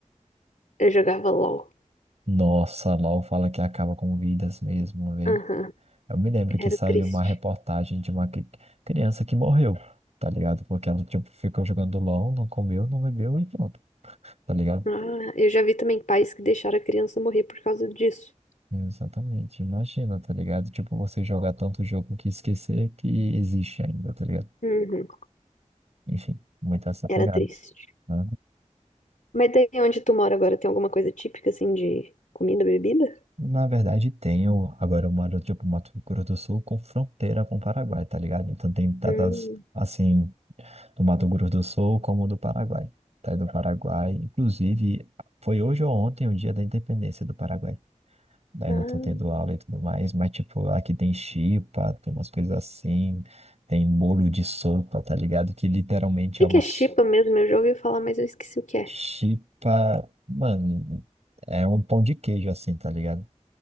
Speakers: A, on the left (about 85°); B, on the right (about 60°).
A: Eu jogava LOL.
B: Nossa, LOL fala que acaba com vidas mesmo, velho.
A: Aham,
B: Eu me lembro
A: era
B: que saiu
A: triste.
B: uma reportagem de uma cri- criança que morreu, tá ligado? Porque ela, tipo, ficou jogando LOL, não comeu, não bebeu e pronto, tá ligado?
A: Ah, eu já vi também pais que deixaram a criança morrer por causa disso.
B: Exatamente, imagina, tá ligado? Tipo, você jogar tanto jogo que esquecer que existe ainda, tá ligado?
A: Uhum,
B: Enfim, muito essa
A: era
B: pegada.
A: triste.
B: né?
A: Mas daí onde tu mora agora, tem alguma coisa típica, assim, de comida, bebida?
B: Na verdade, tenho. Agora eu moro, tipo, Mato Grosso do Sul com fronteira com o Paraguai, tá ligado? Então tem datas,
A: Hum,
B: assim. do Mato Grosso do Sul como do Paraguai. Daí do Paraguai, inclusive, foi hoje ou ontem o dia da independência do Paraguai. Daí
A: ah.
B: não tô tendo
A: O
B: aula e tudo mais, mas tipo, aqui tem chipa, tem umas coisas assim, tem bolo de sopa, tá ligado? Que literalmente
A: que
B: é uma
A: que é
B: s-
A: chipa mesmo? Eu já ouvi falar, mas eu esqueci o que é.
B: chipa, mano, é um pão de queijo assim, tá ligado?